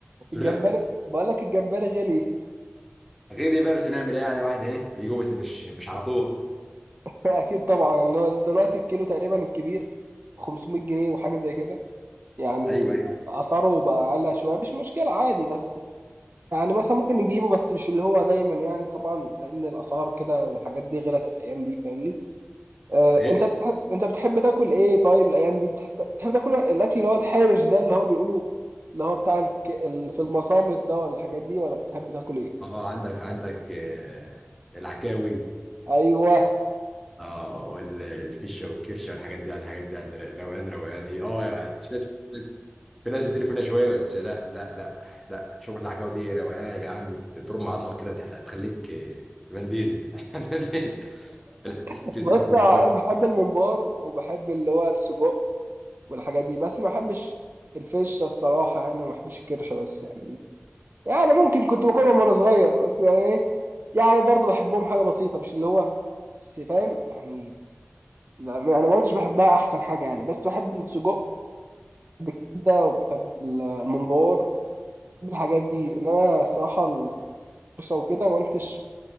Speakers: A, on the right (about 50°); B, in the centre.
A: الجمبري
B: قلت له
A: بقول لك الجمبري غلي
B: غير ايه بقى بس نعمل ايه يعني واحد ايه بيجوا بس مش مش على طول
A: اكيد طبعا اللي هو دلوقتي الكيلو تقريبا الكبير 500 جنيه وحاجه زي كده يعني
B: ايوه ايوه
A: اسعاره بقى اعلى شويه مش مشكله عادي بس يعني مثلا ممكن نجيبه بس مش اللي هو دايما يعني طبعا لان الاسعار كده والحاجات دي غلت الايام دي فاهمني آه
B: حقيقة.
A: انت بتحب انت بتحب تاكل ايه طيب الايام دي بتحب بتحب تاكل الاكل اللي هو الحارج ده اللي هو بيقولوا اللي هو بتاع الك... ال- في المصامت ده ولا الحاجات دي ولا بتحب تاكل ايه
B: اه عندك عندك آه، العكاوي
A: ايوه
B: اه والفشه والكرشه والحاجات دي يعني الحاجات دي عند روقان روقان هي اه يعني في ناس في ناس بتقرف منها شويه بس لا لا لا لا شوربه العكاوي دي روقان يا جدعان بترم عظمك كده بتح- بتخليك آه، فان ديزل <laughs> فان ديزل.
A: <laughs>
B: الاكل
A: بص
B: الأكل
A: انا
B: ده كويس
A: بحب الممبار وبحب اللي هو السجق والحاجات دي بس ما بحبش الفشه الصراحه يعني ما بحبش الكرشه بس يعني يعني ممكن كنت باكلهم وانا صغير بس يعني ايه يعني برضه بحبهم حاجه بسيطه مش اللي هو بس فاهم يعني لا انا ما كنتش بحبها احسن حاجه يعني بس بحب السجق بالكبده وبحب ال- الممبار بحب الحاجات دي انما الصراحه الكرشه وكده ما كنتش